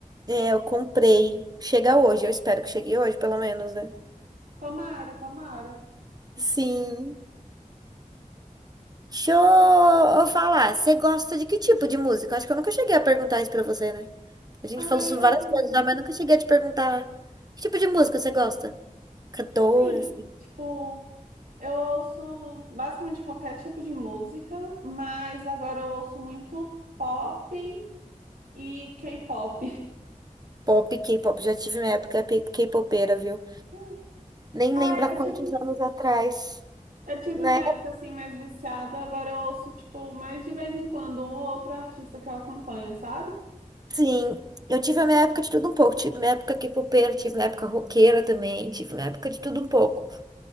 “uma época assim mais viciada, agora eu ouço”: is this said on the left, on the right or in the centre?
Right